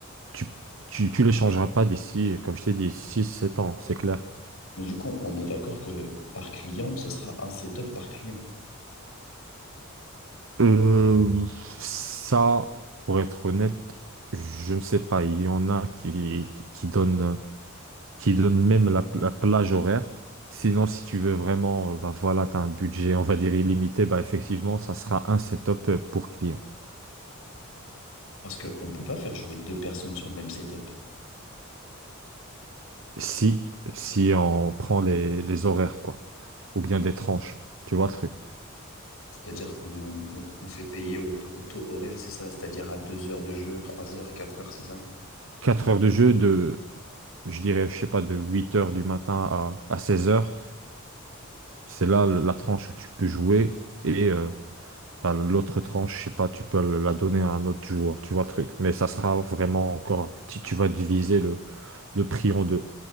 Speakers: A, on the right; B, on the left.
A: Tu, tu, tu les changeras pas d'ici, comme je t'ai dit, six sept ans, c'est clair.
B: Mais du coup, on est d'accord que par client, ce sera un setup par client.
A: Euh, ça, pour être honnête, je ne sais pas. Il y en a qui, qui qui donnent, qui donnent même la, la plage horaire. Sinon, si tu veux vraiment, euh, bah voilà, tu as un budget, on va dire illimité, bah effectivement, ça sera un setup euh, pour client.
B: Parce qu'on ne peut pas faire jouer deux personnes sur le même setup.
A: Si, si on prend les, les horaires, quoi. Ou bien des tranches. Tu vois le truc.
B: C'est-à-dire qu'on qu'on- qu'on fait payer au, au taux horaire, c'est ça? C'est-à-dire à deux heures de jeu, trois heures, quatre heures, c'est ça?
A: quatre heures de jeu de je dirais, je sais pas, de 8 heures du matin à, à 16 heures. C'est là le- la tranche où tu peux jouer et euh, bah, l'autre tranche, je sais pas, tu peux le- la donner à un autre joueur, tu vois le truc. Mais ça sera vraiment encore, tu, tu vas diviser le, le prix en deux.